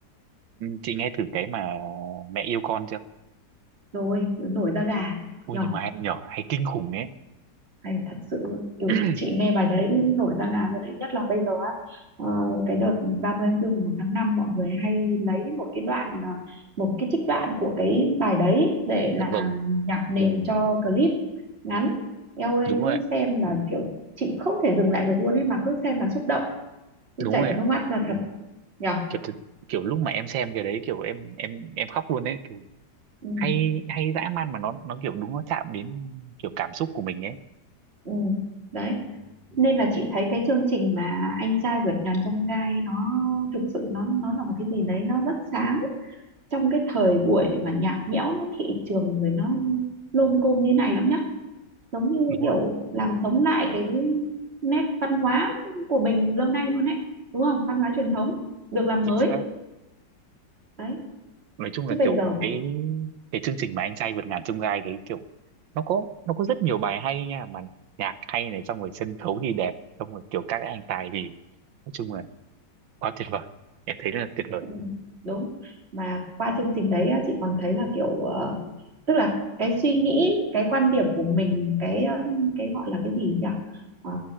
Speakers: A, on the right; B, on the right.
A: chị nghe thử cái mà mẹ yêu con chưa
B: rồi nổi da gà
A: ui
B: nhở
A: nhưng mà hay nhở hay kinh khủng ấy
B: hay thật sự luôn kiểu
A: <clears throat>
B: chị nghe bài đấy nổi da gà luôn đấy nhất là bây giờ á ờ, cái đợt 30 tháng 4 mùng 1 tháng 5 mọi người hay lấy một cái đoạn à, một cái trích đoạn của cái bài đấy để
A: dạ
B: làm
A: vâng
B: nhạc nền cho clip ngắn eo ơi
A: đúng rồi
B: cứ
A: ạ
B: xem là kiểu chị không thể dừng lại được luôn ấy mà cứ xem là xúc động cứ
A: đúng
B: chảy
A: rồi
B: cả
A: ạ
B: nước mắt là thật nhở
A: kiểu thực- kiểu lúc mà em xem cái đấy kiểu em em em khóc luôn đấy kiểu
B: ừ,
A: hay hay dã man mà nó nó kiểu đúng nó chạm đến kiểu cảm xúc của mình ấy
B: ừ. đấy nên là chị thấy cái chương trình mà anh trai vượt ngàn chông gai nó thực sự nó nó là một cái gì đấy nó rất sáng trong cái thời buổi mà nhạt nhẽo nó thị trường rồi nó lôm côm như này lắm nhá giống như
A: đúng
B: kiểu
A: rồi
B: làm sống lại cái nét văn hóa của mình lâu nay luôn ấy đúng không văn hóa truyền thống được làm
A: chính
B: mới
A: xác
B: đấy
A: nói chung
B: chứ
A: là
B: bây
A: kiểu
B: giờ mà
A: cái cái chương trình mà anh trai vượt ngàn chông gai đấy kiểu nó có nó có rất nhiều bài hay nha mà nhạc hay này xong rồi sân khấu thì đẹp xong rồi kiểu các anh tài thì nói chung là quá tuyệt vời em thấy là tuyệt vời
B: Ừ, đúng mà qua chương trình đấy á, chị còn thấy là kiểu ờ, tức là cái suy nghĩ cái quan điểm của mình cái um, cái gọi là cái gì nhỉ Ờ,